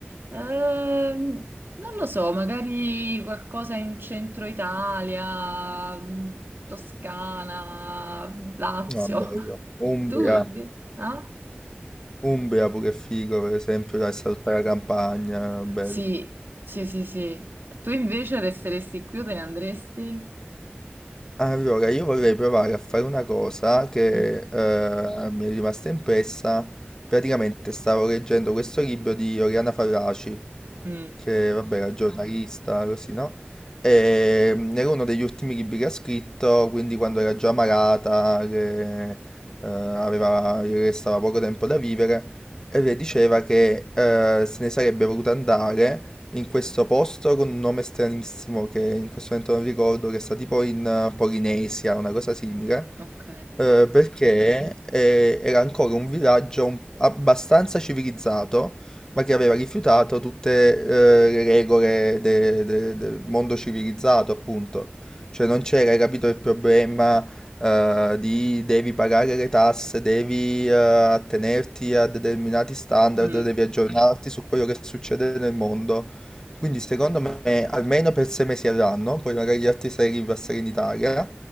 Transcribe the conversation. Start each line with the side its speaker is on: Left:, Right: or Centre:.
Right: Ehm, non lo so, magari qualcosa in centro Italia, mh, Toscana, Lazio.
Left: Ah, bello.
Right: <laughs>
Left: Umbria,
Right: Tu invece? ah?
Left: Umbria pure è figo, per esempio, dai, sta tutta la campagna, bello.
Right: Sì, sì, sì, sì. Tu invece resteresti qui o te ne andresti?
Left: Allora, io vorrei provare a fare una cosa che
Right: Mm,
Left: eh, mi è rimasta impressa. Praticamente stavo leggendo questo libro di Oriana Fallaci,
Right: mm,
Left: che vabbè era giornalista, così, no? E mm, era uno degli ultimi libri che ha scritto, quindi quando era già malata, che eh, aveva, gli restava poco tempo da vivere, e lei diceva che eh, se ne sarebbe voluta andare in questo posto con un nome stranissimo che in questo momento non ricordo, che sta tipo in eh, Polinesia, una cosa simile.
Right: ok.
Left: eh, Ok. perché eh, era ancora un villaggio un- abbastanza civilizzato, ma che aveva rifiutato tutte eh, le regole de- de- del mondo civilizzato, appunto. Cioè non c'era, hai capito, il problema eh, di devi pagare le tasse, devi eh, attenerti a determinati standard,
Right: Mm.
Left: devi aggiornarti su quello che succede nel mondo. Quindi secondo me, almeno per sei mesi all'anno, poi magari gli altri sei ripassano in Italia,